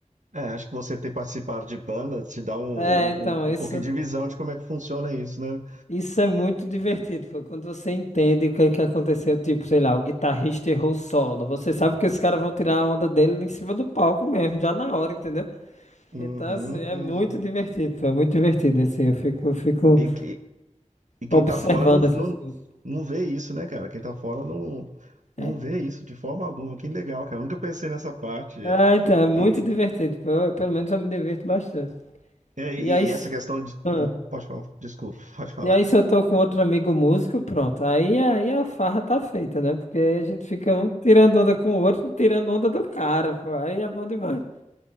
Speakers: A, on the right; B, on the left.
A: É, acho que você ter participado de banda te dá um, um,
B: É, então,
A: um
B: isso,
A: pouquinho de visão de como é que funciona isso, né?
B: isso é muito divertido, pô. Quando você entende o que, é que aconteceu, tipo, sei lá, o guitarrista errou o solo, você sabe que os caras vão tirar a onda dele em cima do palco mesmo, já na hora, entendeu?
A: Uhum,
B: Então, assim, é
A: uhum.
B: muito divertido, pô, é muito divertido, assim, eu fico, eu fico.
A: E, que- e quem
B: observando
A: tá fora não, não,
B: essas coisas.
A: não vê isso, né, cara? Quem tá fora não, não
B: É,
A: vê isso de forma alguma. Que legal, cara. Eu nunca pensei nessa parte.
B: ah, então, é muito
A: E,
B: divertido. Pelo, pelo menos eu me diverto bastante.
A: é, e
B: E aí, se-
A: essa questão de.
B: ah,
A: Hum, Pode falar, desculpa, pode falar.
B: e aí se eu tô com outro amigo músico, pronto. Aí, aí a farra tá feita, né? Porque aí a gente fica um tirando onda com o outro, tirando onda do cara, pô. Aí é bom demais.